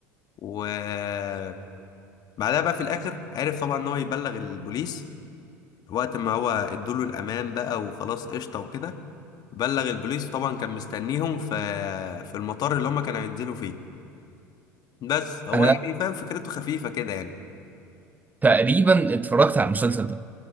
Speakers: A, on the left; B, on the right.
A: وبعدها بقى في الاخر عرف طبعا ان هو يبلغ البوليس وقت ما هو ادوله الامان بقى وخلاص قشطه وكده بلغ البوليس طبعا كان مستنيهم في في المطار اللي هم كانوا هينزلوا فيه بس هو
B: انا
A: يعني فاهم فكرته خفيفة كده يعني
B: تقريبا اتفرجت على المسلسل ده